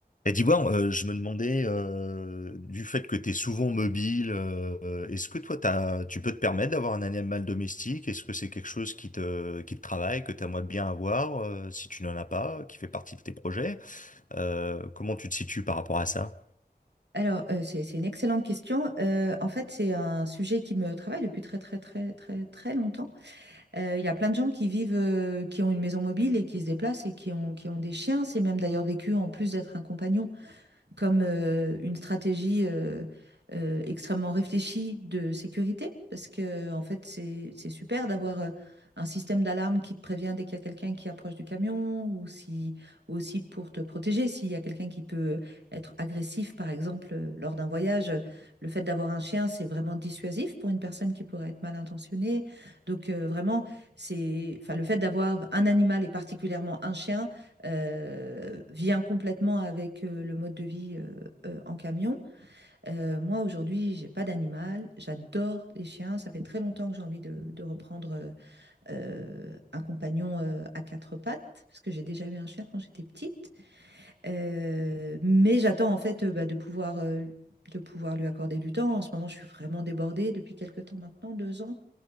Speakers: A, on the left; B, on the right.
A: Et d'Ivoire, euh, je me demandais, euh, du fait que tu es souvent mobile, euh, est-ce que toi, t'as, tu peux te permettre d'avoir un animal domestique? Est-ce que c'est quelque chose qui te, qui te travaille, que tu aimerais bien avoir, euh, si tu n'en as pas, qui fait partie de tes projets? Euh, comment tu te situes par rapport à ça?
B: Alors, euh, c'est, c'est une excellente question. Euh, en fait, c'est un sujet qui me travaille depuis très, très, très, très, très longtemps. Euh, Il y a plein de gens qui vivent, euh, qui ont une maison mobile et qui se déplacent et qui ont, qui ont des chiens. C'est même d'ailleurs vécu, en plus d'être un compagnon, comme euh, une stratégie euh, euh, extrêmement réfléchie de sécurité, parce que en fait, c'est c'est super d'avoir euh, un système d'alarme qui te prévient dès qu'il y a quelqu'un qui approche du camion, ou si, ou aussi pour te protéger, s'il y a quelqu'un qui peut être agressif, par exemple, euh, lors d'un voyage. euh, Le fait d'avoir un chien, c'est vraiment dissuasif pour une personne qui pourrait être mal intentionnée. Donc, euh, vraiment, c'est, enfin, le fait d'avoir un animal et particulièrement un chien heu, vient complètement avec, heu, le mode de vie, heu heu, en camion. Heu, moi, aujourd'hui, j'ai pas d'animal, j'adore les chiens, ça fait très longtemps que j'ai envie de de reprendre, heu heu, un compagnon, heu, à 4 pattes, parce que j'ai déjà eu un chien quand j'étais petite. Heu, mais j'attends en fait, heu, bah, de pouvoir, heu, de pouvoir lui accorder du temps. En ce moment, je suis vraiment débordée depuis quelque temps maintenant, 2 ans.